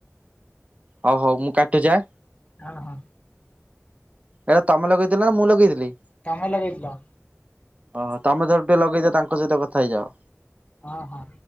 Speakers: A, on the right; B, on the left.
A: ହଉ ହଉ ମୁଁ କାଟୁଚି ଆ?
B: ହଁ ହଁ।
A: ଏଇଟା ତମେ ଲଗେଇଥିଲ ନା ମୁଁ ଲଗେଇଥିଲି?
B: ତମେ ଲଗେଇଥିଲ।
A: ଓହୋ ତମେ ଥରେ ଟିକେ ଲଗେଇଦିଅ ତାଙ୍କ ସହିତ କଥା ହେଇଯାଅ।
B: ହଁ ହଁ।